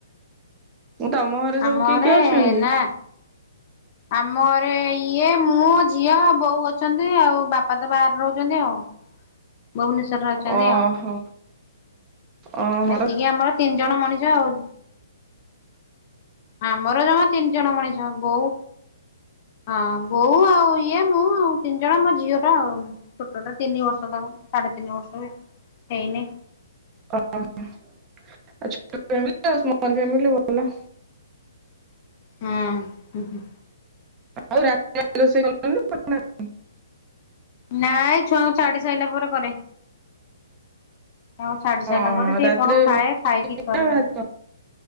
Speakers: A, on the right; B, on the left.
A: ମୁଁ ତମ ଘରେ ସବୁ
B: ଆମ
A: କିଏ କିଏ
B: ଘରେ
A: ଅଛନ୍ତି?
B: ନା ଆମ ଘରେ ଇଏ ମୁଁ ଝିଅ ବୋଉ ଅଛନ୍ତି। ଆଉ ବାପା ତ ବାହାରେ ରହୁଛନ୍ତି ଆଉ। ଭୁବନେଶ୍ଵରରେ ଅଛନ୍ତି
A: ଓହୋ
B: ଆଉ।
A: ଓହୋ
B: ଏତିକି ଆମର ତିନି ଜଣ ମଣିଷ ଆଉ। ଆମର ଜମା ତିନି ଜଣ ମଣିଷ। ବୋଉ ହଁ ବୋଉ ଆଉ ଇଏ ମୁଁ ଆଉ ତିନି ଜଣ ମୋ ଝିଅ ଟା ଆଉ। ଛୋଟଟା ତିନି ବର୍ଷ ତ ସାଢ଼େ ତିନି ବର୍ଷ ବି ହେଇନି।
A: <unintelligible> ଫ ସ୍ମଲ୍ ଫ୍ୟାମିଲି ଭଲ।
B: ହୁଁ ହଁ।
A: ଆଉ ରା ରୋଷେଇ <unintelligible>
B: ନାଇଁ ଛୁଆଙ୍କୁ ଛାଡି ସାରିଲା ପରେ କରେ। ଆଉ ଛାଡି ସାରିଲା
A: ହଁ
B: ପରେ ଟିକେ
A: ରାତିରେ
B: କଣ ଖାଏ
A: ରୁଟି
B: ଖାଇକି କରେ
A: ନା ଭାତ
B: ଆଉ।